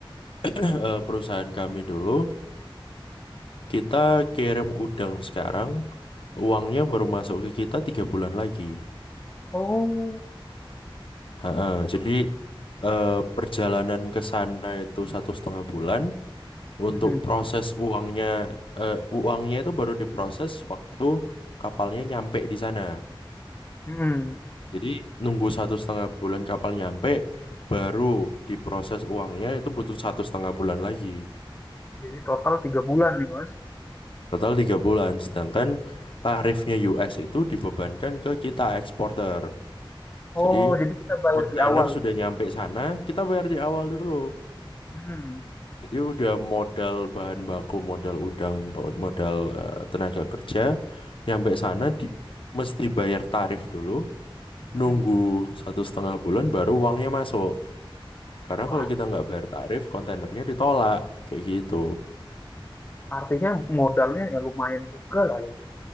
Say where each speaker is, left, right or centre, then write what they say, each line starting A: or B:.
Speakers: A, on the left; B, on the left.
A: <clears throat> eh, perusahaan kami dulu kita kirim udang sekarang uangnya baru masuk ke kita tiga bulan lagi.
B: Oh,
A: Heeh,
B: cukup.
A: jadi eh, perjalanan ke sana itu satu setengah bulan. Untuk
B: Mm.
A: proses uangnya, eh, uangnya itu baru diproses waktu kapalnya nyampe di sana.
B: Mm.
A: Jadi nunggu satu setengah bulan kapal nyampe, baru diproses uangnya itu butuh satu setengah bulan lagi.
B: Jadi total tiga bulan nih, Mas.
A: Total tiga bulan. Sedangkan tarifnya US itu dibebankan ke kita eksporter. Jadi
B: Oh, jadi kita bayar
A: kontainer
B: di awal
A: sudah
B: gitu.
A: nyampe sana, kita bayar di awal dulu.
B: Mm.
A: Jadi udah modal bahan baku, modal udang, modal eh, tenaga kerja, nyampe sana di mesti bayar tarif dulu, nunggu
B: Mm.
A: satu setengah bulan baru uangnya masuk. Karena
B: Wah,
A: kalau kita nggak bayar tarif, kontainernya ditolak, kayak gitu.
B: mm. artinya modalnya ya lumayan juga lah ya.